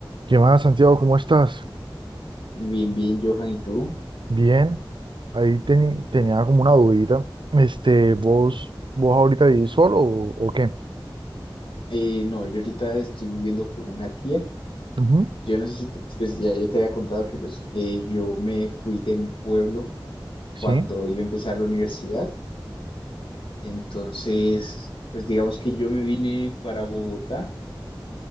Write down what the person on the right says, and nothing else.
¿Qué más, Santiago? ¿Cómo estás?
Bien, ahí teni- tenía como una dudita. Este, ¿vos, vos ahorita vivís solo o, o qué?
Ujú,
Sí.